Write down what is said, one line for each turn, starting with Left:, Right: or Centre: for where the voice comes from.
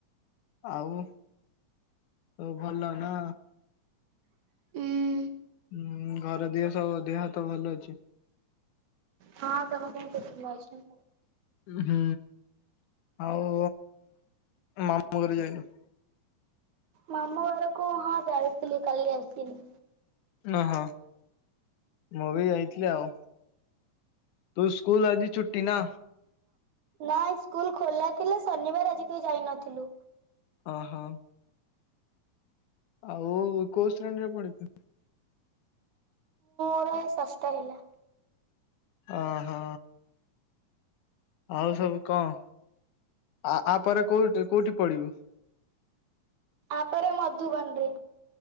Left: ଆଉ ତୋ ଭଲ ନା।
Right: ଉଁ।
Left: ହୁଁ ଘର ଦେହ ସବୁ ଦେହ ହାତ ଭଲ ଅଛି।
Right: ହଁ ତମେ କେମିତି ଭଲ ଅଛ।
Left: ହୁଁ ଆଉ ମାମୁଁ କରି ଯାଇନୁ?
Right: ମାମୁ ଘରକୁ ହଁ ଯାଇଥିଲି କାଲି ଆସିିଲି।
Left: ନୁହଁ ମୁଁ ବି ଯାଇଥିଲଥିଲେ ଆଉ। ତୁ ସ୍କୁଲ ଆଜି ଛୁଟି ନା।
Right: ନାଇଁ ସ୍କୁଲ ଖୋଲା ଥିଲା ଶନିବାର ଆଜି କେହି ଯାଇ ନଥିଲୁ।
Left: ଅଁ ହଁ। ଆଉ କୋଉ ଶ୍ରେଣୀ ରେ ପଡୁଛୁ।
Right: ମୋର ଷଠ ହେଲା।
Left: ଅ ହଁ। ଆଉ ସବୁ କଣ ଆ ଆପରେ କୋଉଠି କୋଉଠି ପଡିବୁ।
Right: ତାପରେ ମଧୁବନରେ।